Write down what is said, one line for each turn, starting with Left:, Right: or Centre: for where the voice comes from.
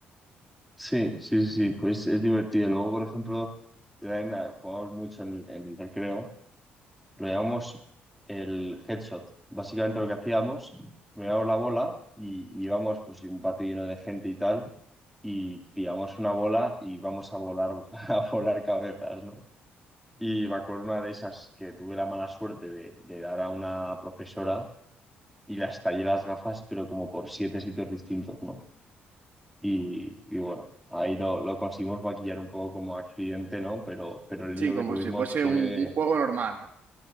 Centre: Sí, sí, sí, sí, pues es divertido. Luego, por ejemplo, también ah, jugamos mucho en, en el recreo, lo llamamos el headshot. Básicamente lo que hacíamos, mirábamos la bola y íbamos pues un patio lleno de gente y tal, y pillamos una bola y vamos a volar, <laughs> a volar cabezas, ¿no? Y me acuerdo una de esas que tuve la mala suerte de, de dar a una profesora y las tallé las gafas, pero como por siete sitios distintos, ¿no? Y, y bueno, ahí lo, lo conseguimos maquillar un poco como accidente, ¿no? Pero, pero el
Right: Sí,
Centre: lío
Right: como
Centre: que tuvimos
Right: si fuese
Centre: fue,
Right: un, un juego normal, ¿no?